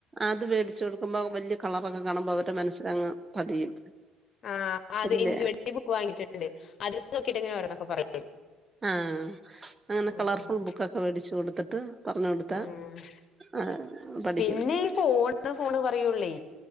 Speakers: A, on the right (about 20°); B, on the left (about 45°).
A: അത് വേടിച്ചു കൊടുക്ക്പോ വലിയ കളറൊക്കെ കാണുമ്പോ അവരുടെ മനസ്സിലങ്ങ് പതിയും
B: ആ അരഇഞ്ച്
A: ഇല്ല
B: വെട്ടിബുക്ക് വാങ്ങിട്ടുണ്ട് അതിൽന്ന് നോക്കിട്ട എങ്ങനെ ഓരോന്നൊക്കെ പറയും
A: ആഹ അങ്ങനെ
B: ആഹ്
A: കളർഫുൾ ബുക്കൊക്കെ മേടിച്ചു കൊടുത്തിട്ട് പറഞ്ഞു കൊടുത്താ
B: ആഹ്
A: ആഹ പഠിക്കും
B: പിന്നെ ഈ ഫോണ് ഫോണ് പറയൂള്ളേ